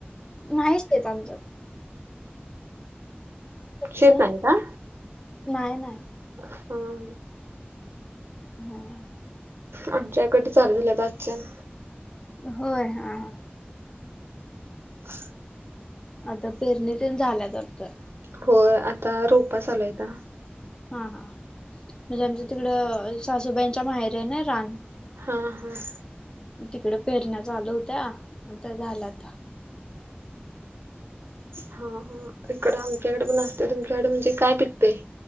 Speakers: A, on the left; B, on the right.
A: नाहीच शेत आमच. तुमचं?
B: शेत नाही का?
A: नाही नाही.
B: हां
A: हम्म
B: आमच्या इकडले चालू झाल्यात आजच्यान.
A: होय? हां हां.
B: <inaudible>
A: आता पेरणीतेन झाल्यात वाटतं.
B: होय आता रोपा चालू हाईता.
A: हां हां म्हणजे आमचं तिकडं सासूबाईंच्या माहेरी आहे नाही रान.
B: हां हां.
A: तिकडे पेरण्या चालू होत्या आता झाल्यात.
B: हां हां, इकडं आमच्याकडे पण असते तुमच्याकडे म्हणजे काय पिकतय?